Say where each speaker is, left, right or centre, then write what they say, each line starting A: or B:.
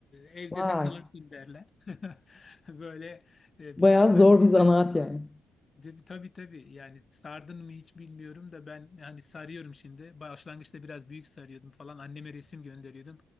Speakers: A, on the left (about 35°); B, on the left (about 15°).
A: evde
B: Vay.
A: de kalırsın derler. <laughs> Böyle e,
B: Bayağı
A: bir şey.
B: zor
A: Ben de,
B: bir zanaat
A: burada-
B: yani.
A: de- tabii tabii yani sardın mı hiç bilmiyorum da ben hani sarıyorum şimdi. Başlangıçta biraz büyük sarıyordum falan. Anneme resim gönderiyordum.